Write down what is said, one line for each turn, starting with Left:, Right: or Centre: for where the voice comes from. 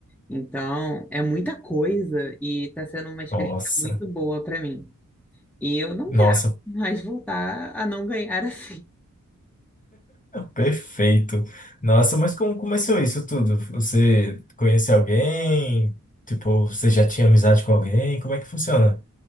Centre: Então, é muita coisa e tá sendo uma experiência
Left: Nossa,
Centre: muito boa para mim. E eu não
Left: nossa,
Centre: quero mais voltar a não ganhar <laughs> assim.
Left: perfeito. Nossa, mas como começou isso tudo? Você conhece alguém? Tipo, você já tinha amizade com alguém? Como é que funciona?